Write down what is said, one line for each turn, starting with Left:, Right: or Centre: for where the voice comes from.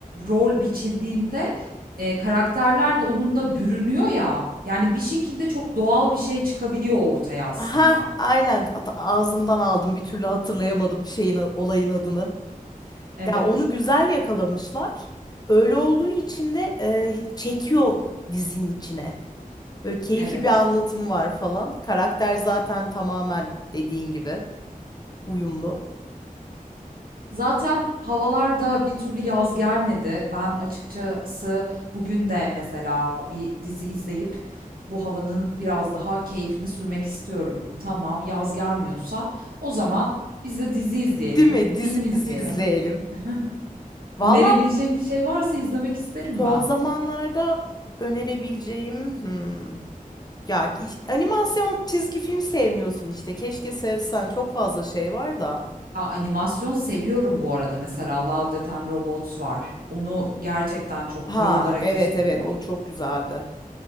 Right: rol biçildiğinde, eee, karakterler de onunla bürünüyor ya, yani, bir şekilde çok doğal bir şey çıkabiliyor ortaya aslında.
Left: Aha, aynen. At- Ağzımdan aldım. Bir türlü hatırlayamadım şeyin olayın adını.
Right: Evet,
Left: Yani onu güzel yakalamışlar. Öyle olduğu için de e, çekiyor dizinin içine. Böyle keyifli
Right: evet.
Left: bir anlatımı var falan. Karakter zaten tamamen dediğin gibi uyumlu.
Right: Zaten havalarda bir türlü yaz gelmedi. Ben açıkçası bugün de mesela bir dizi izleyip bu havanın biraz daha keyfini sürmek istiyorum. Tamam, yaz gelmiyorsa o zaman biz de dizi izleyelim,
Left: Değil mi? Dizimizi
Right: film izleyelim.
Left: izleyelim.
Right: <laughs>
Left: Valla
Right: Önerebileceğim bir şey varsa izlemek isterim
Left: son
Right: ben.
Left: zamanlarda önerebileceğim. hmm, Ya iş- animasyon çizgi film sevmiyorsun işte. Keşke sevsen. Çok fazla şey var da.
Right: Aa, animasyon seviyorum bu arada. Mesela Love, Death and Robots var. Onu gerçekten çok
Left: Ha
Right: bayılarak
Left: evet
Right: izliyorum.
Left: evet o çok güzeldi.